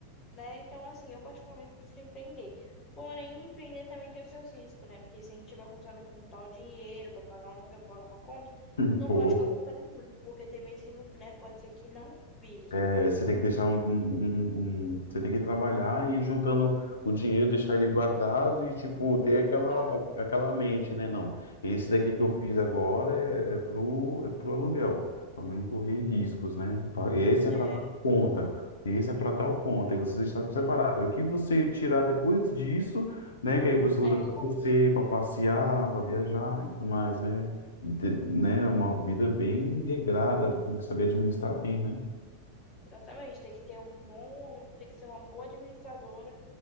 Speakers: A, on the left; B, on the left.
A: né? Então, assim, eu particularmente prefiro empreender. Porém, empreender também tem os seus riscos, né? Porque se a gente estiver contando com tal dinheiro para pagar um aluguel, pra pagar uma conta,
B: <laughs>
A: não
B: Pô,
A: pode ficar contando muito, porque tem mês que não, né? Pode ser que não vire.
B: É, você tem que deixar um, um- um- um- um, você tem que trabalhar e ir juntando o dinheiro, deixar ele guardado e tipo ter aquela
A: Só
B: aquela mente, né? Não, esse daqui
A: assim,
B: que eu fiz agora é, é pro é pro aluguel, para não correr riscos, né? Pra- Esse é para
A: é,
B: tal conta, esse é para tal conta e você deixar separado.
A: sim.
B: Aí O que você tirar depois disso, né? Que aí você usa
A: É,
B: para
A: lucro.
B: você, para passear, para viajar e tudo mais, né? Ter- né? Uma vida bem regrada, tem que saber administrar bem, né?
A: Exatamente, tem que ter um bom, tem que ser uma boa administradora